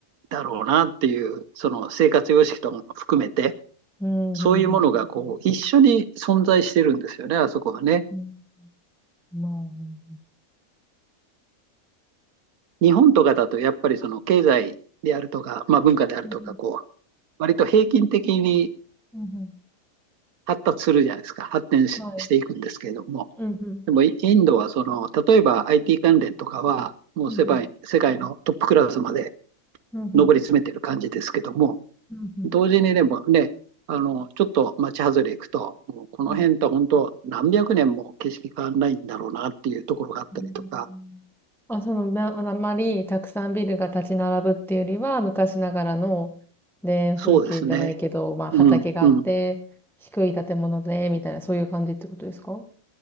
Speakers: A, on the right; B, in the centre.
A: だろうなっていう、その生活様式とかも含めて、
B: うんうん
A: そういうものがこう、一緒に存在してるんですよね、あそこはね。
B: うん。うん。まあ、うん
A: 日本とかだと、やっぱりその経済であるとか、まあ文化であるとか、
B: うん。
A: こう、割と平均的に
B: うんうん。うんう
A: 発達するじゃないですか。発展ししていくんですけれども。
B: ん。はい。うんうん。
A: でもインドはその、例えば IT 関連とかは、もう世界世界のトップクラスまで
B: うんうん。うんうん。
A: 上り詰めてる感じですけども、
B: うんうん。う
A: 同時にでもね、あの、ちょっと町外れ行くと、もうこの辺と本当何百年も景色変わらないんだろうなっていうところがあったりとか、
B: んうん。うんあ、その、な、あまりたくさんビルが立ち並ぶっていうよりは、昔ながらの田園風景じゃないけど、
A: そうですね。
B: まあ畑があって、
A: うん、うん。
B: 低い建物で、みたいな、そういう感じってことですか